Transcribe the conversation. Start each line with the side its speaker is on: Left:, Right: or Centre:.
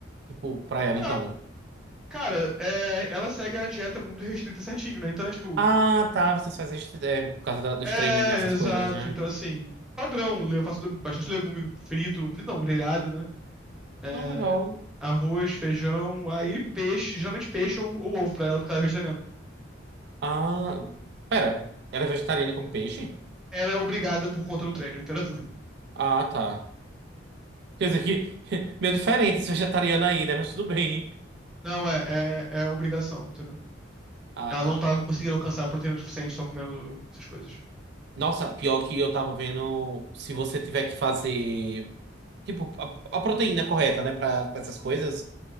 Right: Tipo, pra ela,
Centre: Ah,
Right: então.
Centre: cara, é, ela segue a dieta muito restrita certinho, né? Então é tipo.
Right: Ah, tá, vocês fazem é, por causa da- dos
Centre: É,
Right: treinos, né, essas
Centre: exato.
Right: coisas, né?
Centre: Então, assim, padrão. Eu faço bastante legume frito, frito não, grelhado, né? É,
Right: Ah, legal.
Centre: arroz, feijão, aí peixe, geralmente peixe ou, ou ovo pra ela, porque ela é vegetariana.
Right: Ah, pera, ela é vegetariana e come peixe?
Centre: Ela é obrigada por conta do treino, entendeu?
Right: Ah, tá. Quer dizer que <laughs> meio diferente esse vegetariano aí, né? Mas tudo bem.
Centre: Não, é, é, é obrigação, entendeu?
Right: Ah,
Centre: Ela
Right: tá.
Centre: não tava conseguindo alcançar a proteína suficiente só comendo essas coisas.
Right: Nossa, pior que eu tava vendo, se você tiver que fazer, tipo, a, a proteína correta, né, pra, pra essas coisas,